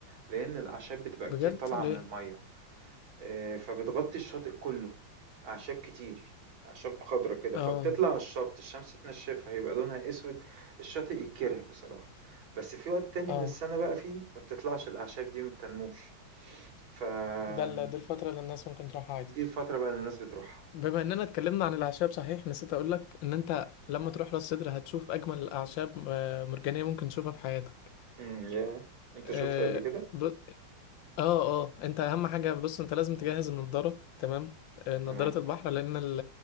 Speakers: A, on the right; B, on the left.
A: لإن الأعشاب بتبقى
B: بجد
A: كتير طالعة
B: ليه
A: من المَيّة. آه، فبتغطي الشاطئ كله أعشاب كتير أعشاب خضرة كده
B: اه
A: فبتطلع على الشط الشمس تنشفها يبقى لونها أسود الشاطئ يتكره بصراحة بس في وقت تاني
B: اه
A: من السنة بقى فيه ما بتطلعش الأعشاب دي ما بتنموش فدي
B: ده ال- دي الفترة اللي الناس ممكن تروحها عادي
A: الفترة بقى اللي الناس بتروحها
B: بما اننا اتكلمنا عن الاعشاب صحيح نسيت اقولك ان انت لما تروح راس سدر هتشوف اجمل الاعشاب آه، مرجانيه ممكن تشوفها في حياتك
A: امم يا انت
B: اه
A: شفت قبل كده
B: ب... اه اه انت اهم حاجه بص انت لازم تجهز النضاره تمام آه، نضاره
A: تمام
B: البحر لان ال...